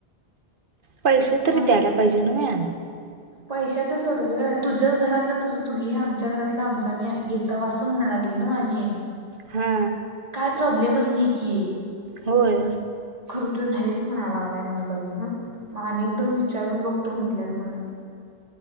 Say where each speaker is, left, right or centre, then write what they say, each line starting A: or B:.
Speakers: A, on the right; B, on the right.
A: पैसे तरी
B: मग
A: द्यायला पाहिजे न म
B: पैशाच सोड ग तुझं घरातलं तुझ तू घे आमच्या घरातलं आमच आम् घेता असं म्हणा लागले ना आम्ही
A: हा
B: काय प्रॉब्लेमच नाही की
A: होय
B: खरटी नाहीच म्हणायला लागलाय म्हण बाई ना मग आणि एकदम विचारून बघतो म्हंटल्यात म्हण